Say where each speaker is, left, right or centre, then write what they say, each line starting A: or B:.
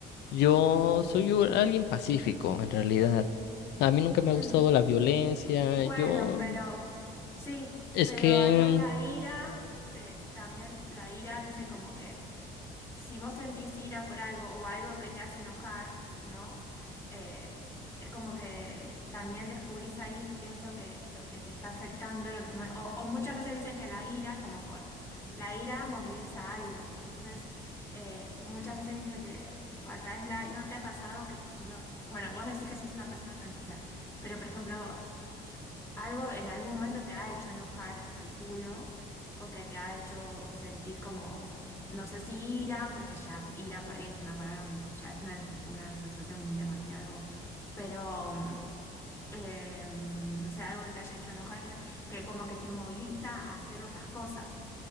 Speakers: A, on the left; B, on the left.
A: yo soy u- alguien pacífico, en realidad. A mí nunca me
B: ujú.
A: ha gustado la violencia.
B: Bueno,
A: Yo
B: pero sí,
A: es
B: pero
A: que
B: ahí en la ira, te- también la ira dicen como que si vos sentís ira por algo o algo que te hace enojar, ¿no? Eh, es como que también descubrís ahí qué es lo que, lo que te está afectando, lo que te mal- o, o muchas veces dicen que la ira, como Hulk, la ira moviliza algo. Entonces, eh, muchas veces dice que a través de la... ¿No te ha pasado que, por ejemplo, bueno, vos decís que sos una persona tranquila, pero, por ejemplo, algo en algún momento te ha hecho enojar, calculo, o que te ha hecho sentir como, no sé si ira, porque ya ira por ahí es una palabra, ya es una, una sensación demasiado, pero mm, eh, no sé, algo que te haya hecho enojar, que, yo, que como que te moviliza a hacer otras cosas.